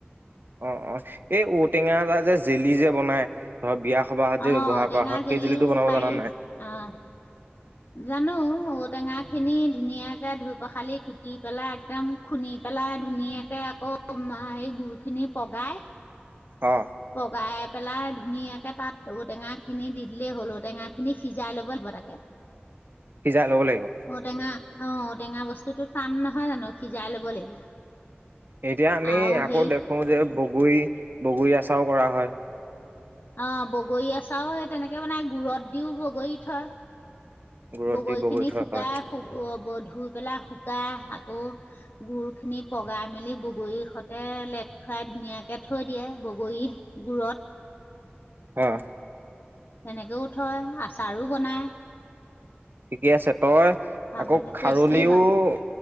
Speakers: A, on the right (about 55°); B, on the left (about 50°).
A: অ অ। এই ঔটেঙাৰ এটা যে জেলি যে বনাই ধৰ বিয়া সবাহত যে
B: অহ
A: ব্যৱহাৰ
B: ঔ টেঙা
A: কৰা হয়
B: জেলিও
A: সেই জেলিটো বনাব
B: পাৰি।
A: জান নাই?
B: অহ। জানো, ঔ ঔ টেঙাখিনি ধুনীয়াকৈ ধুই পখালি কুটি পেলাই একদম খুন্দি পেলাই ধুনীয়াকৈ আকৌ হে গুৰখিনি পগাই
A: অ
B: পগাই পেলাই ধুনীয়াকে তাত ঔটেঙা খিনি দি দিলেই হ'ল। ঔ টেঙা খিনি সিজাই ল'ব লাগিব তাকে।
A: সিজাই ল'ব লাগিব।
B: ঔটেঙা অ' ঔ-টেঙা বস্তুতো টান নহয় জানো? সিজাই ল'ব লাগিব।
A: এতিয়া আমি
B: আৰু
A: আকৌ
B: সেই
A: দেখো যে বগৰী বগৰী আচাৰো কৰা হয়।
B: অ' বগৰী আচাৰো সেই তেনেকে বনায়। গুৰত দিও বগৰী থয়।
A: গুৰত
B: বগৰীখিনি
A: দি বগৰীত
B: শুকাই
A: হয় হয়
B: শু ধুই পেলাই শুকাই আকৌ গুৰখিনি পগাই মেলি বগৰী সতে লেট খুৱাই ধুনীয়াকে থৈ দিয়ে বগৰী গুৰত
A: অহ
B: তেনেকৈয়ো থয় আচাৰো বনায়।
A: ঠিকে আছে। তই
B: খাবলৈ
A: আকৌ খাৰলিও-
B: টেষ্টি হয়